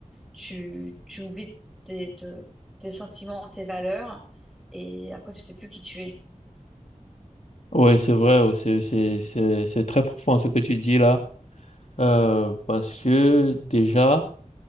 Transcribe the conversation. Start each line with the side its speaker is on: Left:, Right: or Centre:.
Centre: tu, tu oublies tes, te- tes sentiments, tes valeurs. Et après, tu sais plus qui tu es.
Left: Ouais, c'est vrai, c'est, c'est, c'est, c'est très profond ce que tu dis là. Euh, parce que déjà,